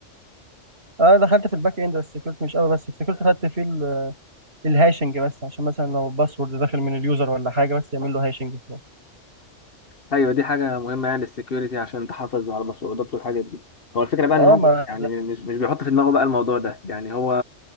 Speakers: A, on the right (about 55°); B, on the left (about 50°).
A: انا دخلت في الباك اند بس السكيورتي مش قوي بس السكيورتي خدت فيه ال- الهاشنج بس عشان مثلا لو باسورد داخل من اليوزر ولا حاجه بس يعمل له هاشنج وخلاص
B: ايوه دي حاجه مهمه يعني السكيورتي عشان تحافظ على المسروقات والحاجات دي هو الفكره بقى
A: اه
B: ان هو
A: ما
B: يعني مش مش بيحط في دماغه بقى الموضوع ده يعني هو